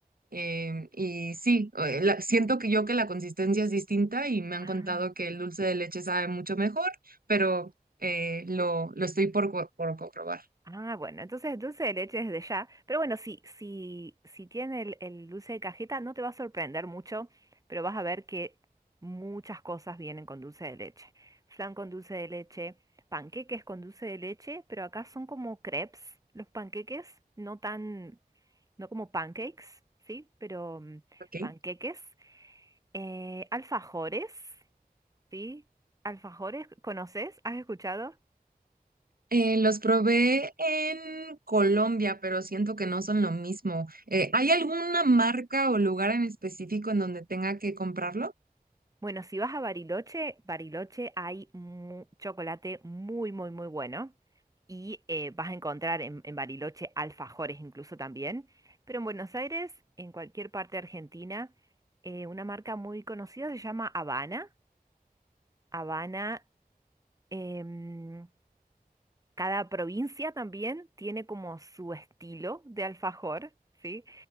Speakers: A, on the right (about 65°); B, on the right (about 20°).
A: Em, y sí, eh, la- siento que yo que la consistencia es distinta y me han
B: Ah,
A: contado que el
B: ok.
A: dulce de leche sabe mucho mejor, pero eh, lo, lo estoy por, co- por comprobar.
B: Ah, bueno, entonces dulce de leche desde ya. Pero bueno, si, si, si tiene el, el dulce de cajeta, no te va a sorprender mucho, pero vas a ver que muchas cosas vienen con dulce de leche. Flan con dulce de leche, panqueques con dulce de leche, pero acá son como crepes, los panqueques, no tan, no como pancakes, ¿sí? Pero mm,
A: Ok.
B: panqueques. Eh, alfajores, ¿sí? Alfajores, ¿conoces? ¿Has escuchado?
A: Eh, los probé en Colombia, pero siento que no son lo mismo. Eh, ¿hay alguna marca o lugar en específico en donde tenga que comprarlo?
B: Bueno, si vas a Bariloche, Bariloche hay mu- chocolate muy, muy, muy bueno. Y eh, vas a encontrar en, en Bariloche alfajores incluso también. Pero en Buenos Aires, en cualquier parte de Argentina, eh, una marca muy conocida se llama Habana. Habana em, cada provincia también tiene como su estilo de alfajor, ¿sí?